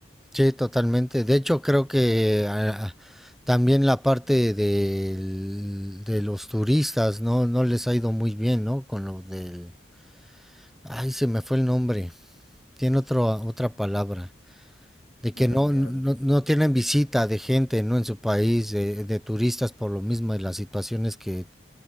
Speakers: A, in the centre; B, on the left.
A: sí, totalmente. De hecho, creo que ah, también la parte del- de los turistas, ¿no? No les ha ido muy bien, ¿no? Con lo del... Ay, se me fue el nombre. Tiene otro, otra palabra. De que
B: No tengo
A: no,
B: ni idea,
A: no,
B: tío.
A: no tienen visita de gente, ¿no? En su país, de, de turistas por lo mismo y las situaciones que